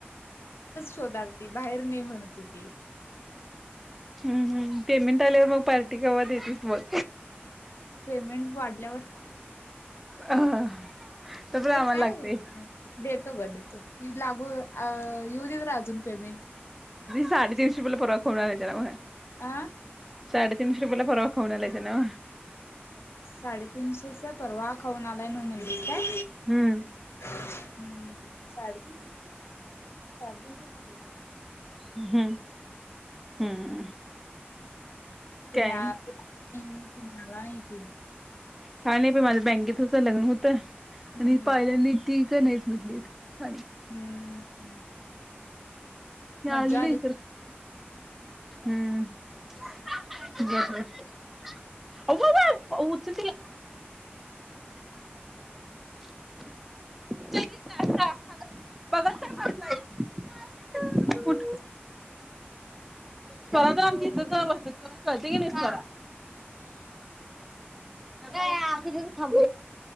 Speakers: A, on the left; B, in the centre.
A: तोंडालती बाहेर नाही म्हणत होती
B: हम्म हम् पेमेंट आल्यावर पार्टी कवा देतीस मग.
A: पेमेंट वाढल्यावर.
B: तर पण आम्हाला
A: हे काय
B: लागते
A: दे तो ग देतो लागू येऊ दे तर अजून. पेमेंट.
B: साडे तिनशे बला पगार येणार आहेला
A: आ
B: साडेतीनशे रुपयाेला परवा खाउन आलायसा नव्ह.
A: साडेतीनशेचा परवा खाऊन आलाय न म्हणजे काय
B: हम्म
A: हम्म साडेतीनशे साडेतीनशेच दिले ग.
B: हम्म हम्म काय
A: तुम्ही आ तुम्ही आला नाही की
B: काय नाही बाई माझं बँकेत होतं लग्न होतं.
A: हम्म
B: आणि पाहिल्यानी. ती का नाहीच म्हटलीत <inaudible>
A: हम्म
B: याले
A: मज्जा आली.
B: ना इर हम् बर बर अगं उचल तिला <unintelligible> य बघत बसलाईस उठ स्वरात आमच्या इथ जा असते तुला कळते की नाही स्वरा <inaudible> ह अस था़ंब